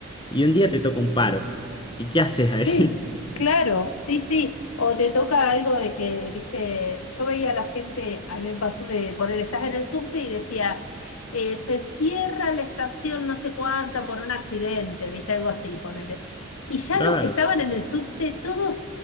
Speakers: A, on the left; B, on the left.
A: y un día te toca un paro. ¿Y qué haces
B: Sí,
A: ahí?
B: claro, sí, sí. O te toca algo de que, viste, yo veía a la gente, a mí me pasó de poner, estás en el subte y decía, eh, se cierra la estación no sé cuánta por un accidente, viste, algo así, ponele. Y ya
A: <laughs> Claro.
B: los que estaban en el subte, todos,